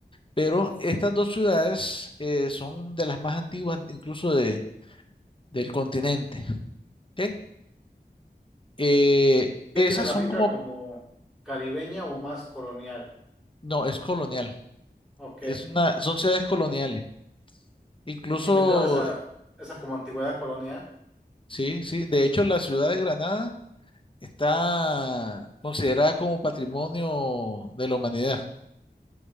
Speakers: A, on the left; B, in the centre.
A: Pero estas dos ciudades eh, son de las más antiguas, incluso de, del continente. ¿ok? Eh,
B: ¿Qué
A: esas
B: tiene la
A: son
B: vibra
A: como,
B: como caribeña o más colonial.
A: no, es colonial.
B: Ok,
A: Es una, son ciudades coloniales. Incluso,
B: y tiene toda esa, esa como antigüedad colonial.
A: sí, sí. De hecho, la ciudad de Granada está considerada como patrimonio de la humanidad.